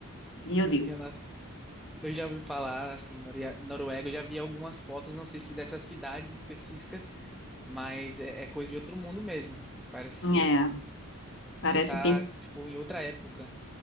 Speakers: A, on the left; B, in the centre.
A: meu
B: minha
A: Deus.
B: nossa. Eu já ouvi falar, assim, Noria- Noruega, eu já vi algumas fotos, não sei se dessas cidades específicas, mas é, é coisa de outro mundo mesmo. Parece
A: É,
B: que, que
A: parece
B: você tá,
A: pin-
B: tipo, em outra época.